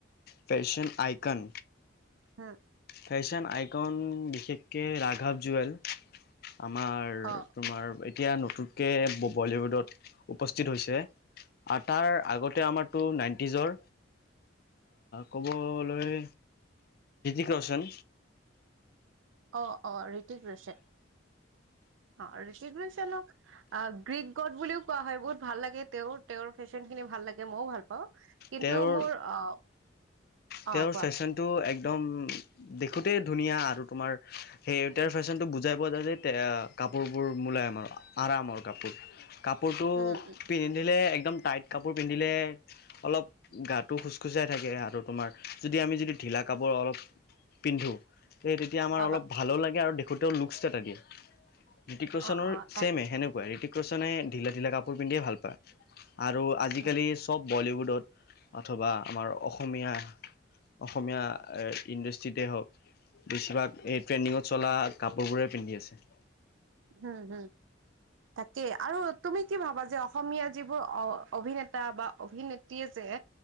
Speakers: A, on the left; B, on the right.
A: ফেশন আইকন
B: হা
A: ফেশ্বন আইকন বিশেষকৈ ৰাঘৱ জুৱেল আমাৰ
B: অ
A: তোমাৰ এতিয়া নতুনকৈ বলীউডত উপস্থিত হৈছে, আৰু তাৰ আগতে আমাৰতো নাইন নিজৰ ক'বলৈ কিয় চোন
B: অ অ ঋতিকেশ্যন। অ ঋতিকেশ্যন ক গ চানক গ্ৰীক গড বুলিও কোৱা হয় বহুত ভাল লাগে তেওঁ তেওঁৰ ফেশ্বন খিনি। ভাল লাগে মইও ভাল পাওঁ কিন্তু
A: তেওঁৰ
B: মোৰ আহ
A: তেওঁৰ
B: অ কোৱা।
A: ফেশ্বনটো একদম দেখোঁতেই ধুনীয়া আৰু তোমাৰ সেই তেওঁৰ ফেশ্বনটো বুজাই পোৱা যায় যে কাপোৰবোৰ মোলায়ম আৰু আৰামৰ কাপোৰ কাপ কাপোৰটো
B: উম উম
A: পিন্ধিলে একদম টাইট কাপোৰ পিন্ধিলে অলপ গাটো খোজকোজাই থাকে আৰু তোমাৰ যদি আমি যদি ঢিলা কাপোৰ অলপ পিন্ধো। স তেতিয়া আমাৰ
B: অ
A: অলপ ভালো লাগে আৰু দেখোতেও লুকচ এটা থাকে ঋতিকেশ্যনৰ
B: অ অ তাক
A: ছেমে সেনেকুৱা ঋিতিকেশ্যনে ঢিলা ঢিলা কাপোৰ পিন্ধিয়ে ভাল পায়। আৰু আজিকালি
B: উম
A: চব বলিউডত অথবা আমাৰ অসমীয়া। <unintelligible> অসমীয়া ইণ্ডাষ্ট্ৰিতে হওঁক বেছিভাগ এই ট্ৰেণ্ডিঙত চলা কাপোৰবোৰেই পিন্ধি আছে।
B: হম হম তাকেই আৰু তুমি কি ভাবা যে অসমীয়া যিবোৰ অ। <unintelligible> অভিনেতা বা অভিনেত্ৰীয়ে যে